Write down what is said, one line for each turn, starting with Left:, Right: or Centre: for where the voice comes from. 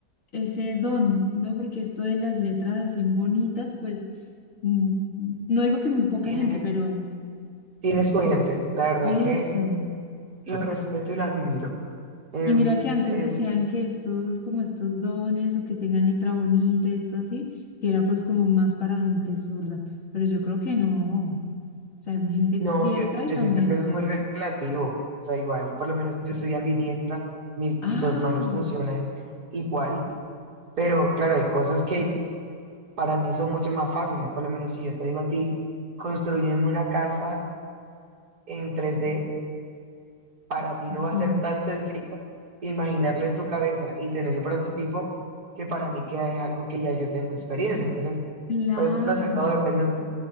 Left: ese don, ¿no? Porque esto de las letras así bonitas, pues, mm, no digo que muy poca
Right: tiene,
Left: gente, pero
Right: tiene su gente, la verdad
Left: eso.
Right: que... lo respeto y lo admiro. Es,
Left: Y mira que antes
Right: es,
Left: decían que estos, como estos dones o que tengan letra bonita, esto así, que era pues como más para gente zurda, pero yo creo que no, o sea, hay gente
Right: no,
Left: diestra
Right: yo, yo
Left: y también.
Right: siento que eso es muy relativo. O sea, igual, por lo menos yo soy ambidiestra, mis
Left: Ah.
Right: dos manos funcionan igual, pero claro, hay cosas que para mí son mucho más fáciles. Por lo menos si yo te digo a ti, construyeme una casa en tres d para ti no va
Left: sí.
Right: a ser tan sencillo imaginarla en tu cabeza y tener el prototipo que para mí queda es algo que ya yo tengo experiencia. Entonces,
Left: Claro.
Right: pues, no sé, todo depende un